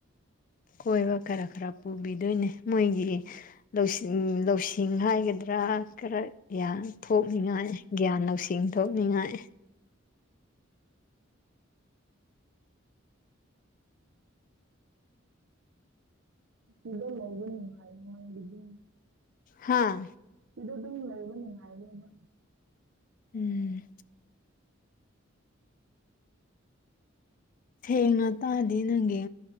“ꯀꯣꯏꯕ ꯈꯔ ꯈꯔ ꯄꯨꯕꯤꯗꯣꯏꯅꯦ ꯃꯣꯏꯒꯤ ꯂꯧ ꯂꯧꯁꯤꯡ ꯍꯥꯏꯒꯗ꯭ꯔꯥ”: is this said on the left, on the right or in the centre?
Left